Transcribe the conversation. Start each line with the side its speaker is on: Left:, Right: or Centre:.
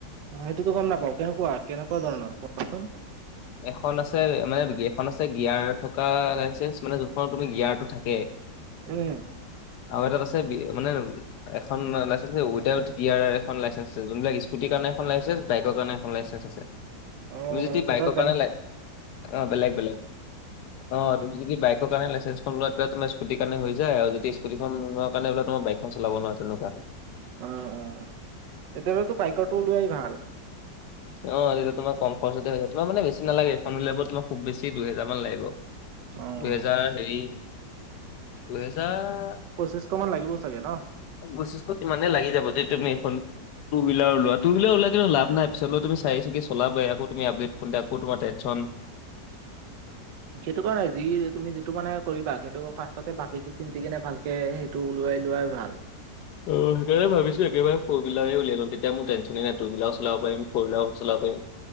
Right: অ সেইটোতো গম নাপাও কেনেকুৱা কেনেকুৱা ধৰণৰ কোৱাচোন
Left: এখন আছে মানে এখন আছে গিয়াৰ থকা লাইচেন্ঞ্চ মানে যোনখনত তুমি গিয়াৰটো থাকে
Right: উম
Left: আৰু এটাত আছে বি মানে এখন লাইচেঞ্চ উইদাউট গিয়াৰ এখন লাইচেঞ্চছ যোনবিলাক স্কুটিৰ কাৰণে এখন লাইচেঞ্চ বাইকৰ কাৰণে এখন লাইচেন্স আছে
Right: <unintelligible>
Left: যদি
Right: মানে দুটাৰ
Left: বাইকৰ
Right: বেলেগ
Left: কাৰণে লাই অ বেলেগ বেলেগ অ তুমি যদি বাইকৰ কাৰণে লাইচেন্ঞ্চখন লোৱা তেতিয়া তোমাৰ স্কুটি কাৰণে হৈ যায় আৰু যদি স্কুটি লোৱাৰ কাৰণে লোৱা তোমাৰ বাইক চলাব নোৱাৰা তেনেকুৱা
Right: অ অ তেতিয়াহলেতো বাইকৰটো ওলোৱাই ভাল
Left: এতিয়া তোমাৰ কম খৰচতে হৈ যায় তোমাৰা মানে বেছি নালাগে এইখন উলিয়াব তোমাৰ খুববেছি দুহেজাৰমান লাগিব।
Right: অ'।
Left: দুহেজাৰ হেৰি দুহেজাৰ
Right: পঁচিছশমান লাগিব চাগে ন
Left: পঁচিশ ইমানে লাগি যাব তেতিয়া তুমি এইখন টুহুইলাৰ লোৱা টুহুইলাৰ ওলাই কিন্তু লাভ নাই পিছলৈ তুমি চাৰি চকীয়া চলাবাই আকৌ তুমি আপডে কৰোঁতে তোমাৰ টেনছন
Right: সেইটো কাৰণে যি তুমি যিটো মানে কৰিবা সেইটো ফাৰ্ষ্টতে ভাবি চিন্তি কিনে ভালকে টো ওলোৱাই লোৱাই ভাল।
Left: অ সেইকাৰনে ভাবিছো একেবাৰে ফ'ৰ হুইলাৰ উলিয়ায় ল'ম তেতিয়া মোৰ টেনচনে নাই টোহুইলাৰো চলাব পাৰিম ফৰ' হুইলাৰো চলাব পাৰিম।